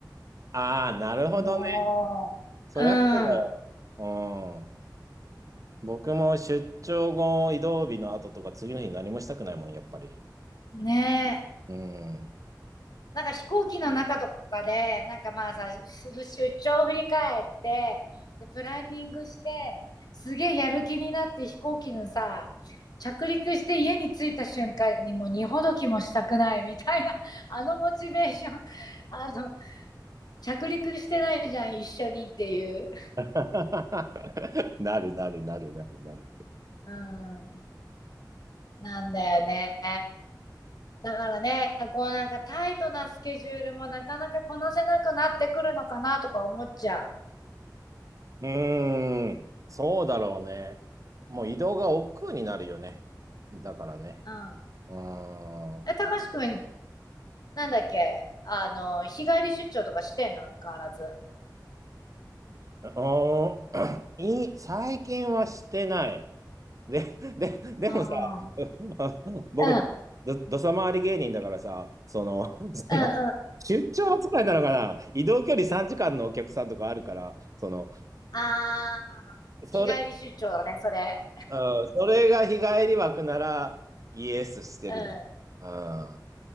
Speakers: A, on the right; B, on the left.
A: ああ、なるほどね。
B: もう、
A: そりゃそうだよ。
B: うん、
A: うん。僕も出張後、移動日の後とか、次の日何もしたくないもん、やっぱり。
B: ねえ。
A: うん。
B: なんか飛行機の中とかで、なんかまあさ、出張を振り返って、で、プランニングして、すげえやる気になって飛行機のさ、着陸して家に着いた瞬間にもう荷ほどきもしたくないみたいな、<laughs> あのモチベーション、あの、着陸してないじゃん、一緒にっていう。
A: <laughs> なるなるなるなるなる。
B: うん、なんだよね。だからね、こうなんかタイトなスケジュールもなかなかこなせなくなってくるのかなとか思っちゃう。
A: うーん、そうだろうね。もう移動が億劫になるよね。だからね。
B: うん。
A: うーん。う
B: え、たかしくん、なんだっけあの、日帰り出張とかしてんの相変わらず。
A: ーん <clears throat> い最近はしてない。で、で、でもさ、
B: ああ、う
A: <laughs> 僕、
B: ん、
A: ど、どどさ回り芸人だからさ、その、その、
B: うん、うん。
A: 出張扱いなのかな移動距離3時間のお客さんとかあるから、その、
B: あー、
A: それ、
B: 日帰り出張だね、それ。
A: うん、それが日帰り枠なら、イエスしてるね。
B: う
A: うん